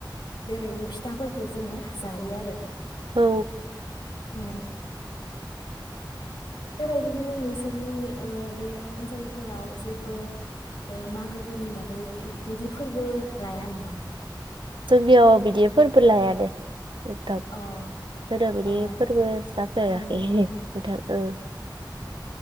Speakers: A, on the left (about 55°); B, on the right (about 80°).
A: बेबायदिनो फिथाफोरखौ जोङो जायो आरो
B: औ
A: औ बेबायदिनो नोंसोरनि ओ बे ओनसोलफोराव जेबो मागोफोरनि बागै बिदि फोरबो लाया नामा।
B: जोंनियाव बिदि फोरबो लायानो। थां होनदो
A: अ
B: बिनि
A: औ
B: फोरबो जाफेराखैथां
A: औ नोंथां
B: औ।